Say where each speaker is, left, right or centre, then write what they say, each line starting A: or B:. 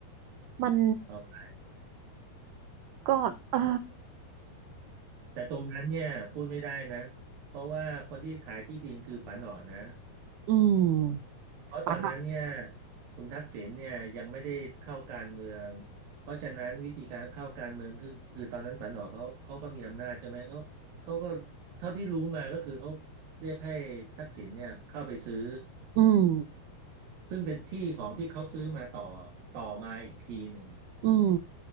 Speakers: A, on the right; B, on the right.
A: มัน
B: เอาพาย
A: ก็เออ
B: แต่ตรงนั้นเนี่ยพูดไม่ได้นะเพราะว่าคนที่ขายที่ดินคือป๋าหนอนะ
A: อืม
B: เพราะตอนนั้นเนี่ย
A: ปันหรอะ
B: คุณทักษิณเนี่ยยังไม่ได้เข้าการเมืองเพราะฉะนั้นวิธีการเข้าการเมืองคือคือตอนนั้นปานออกเขาเขาก็มีอำนาจใช่ไหมเขาเขาก็เท่าที่รู้มาก็คือเขาเรียกให้ทักษิณเนี่ยเข้าไปซื้อ
A: อืม
B: ซึ่งเป็นที่ของที่เขาซื้อมาต่อต่อมาอีกทีหนึ่ง
A: อืม